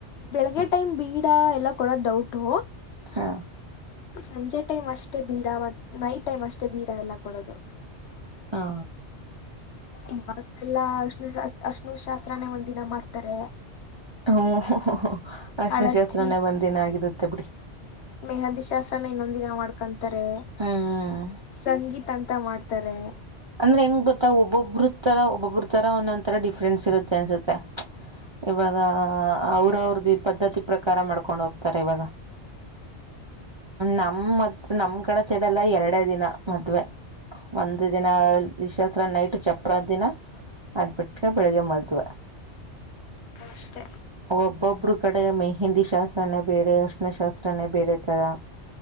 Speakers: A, on the left; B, on the right.
A: ಬೆಳಗ್ಗೆ ಟೈಮ್ ಬೀಡ ಎಲ್ಲ ಕೊಡ ಡೌಟು
B: ಹಾ
A: ಸಂಜೆ ಟೈಮ್ ಅಷ್ಟೇ ಬೀಡ ಮತ್ ನೈಟ್ ಟೈಮ್ ಅಷ್ಟೇ ಬೀಡ ಎಲ್ಲ ಕೊಡೋದು
B: ಹಾ
A: ಇವಾಗೆಲ್ಲಾ ಅಷ್ಣ ಶಾಸ್ ಅಷ್ಣು ಅಷ್ಣು ಶಾಸ್ತ್ರಾನೇ ಒಂದ ದಿನ ಮಾಡ್ತಾರೆ
B: ಹ್ಮ್ ಅಶನ
A: ಹಳದಿ
B: ಶಾಸ್ತ್ರನೇ ಒಂದಿನ ಆಗಿರುತ್ತೆ ಬಿಡಿ
A: ಮೆಹಂದಿ ಶಸ್ <unintelligible> ನು ನ್ನೊಂದಿನ ಮಾಡ್ಕೊಂಡಂತ ತಾರೆ
B: ಹ್ಮ್
A: ಸಂಗೀತ ಅಂತ ಅತ ಮಾಡ್ತಾರೆ
B: ಅಂದ್ರೆ ಹೆಂಗ್ ಗೊತ್ತಾ ಒಬ್ಬೊಬ್ಬ್ರ ತರ ಒಬೊಬ್ಬ್ರ ಈ ತರ ಒಂದೊಂದ ತರ ಡಿಫ್ರೆನ್ಸ್ ಇರುತ್ತೆ ಅನ್ಸುತ್ತೆ. ಇವಾಗ ಅವ್ರ ಅವ್ರ್ದು ಪದ್ಧತಿ ಪ್ರಕಾರ ಮಾಡ್ಕೊಂಡ್ ಹೋಗ್ತಾರೆ ಇವಾಗ ನಮ ಮತ್ ನಮ್ ಕಡೆ ಸೆಡ ಎಲ್ಲ ಎರಡೇ ದಿನ ಮದ್ವೆ ಒಂದು ದಿನಸ್ತ್ರ ನೈಟ್ ಚಪ್ರದ ದಿನ ಅದ್ ಬಿಟ್ರೆ ಬೆಳಗ್ಗೆ ಮದುವೆ.
A: ಅಷ್ಟೇ
B: ಒಬ್ಬೊಬ್ರು ಕಡೆ ಮೆಹೆಂದಿ ಶಾಸ್ತ್ರನೇ ಬೇರೆ ಅರ್ಷ್ಣ ಶಾಸ್ತ್ರನೇ ಬೆರೆದು. ರ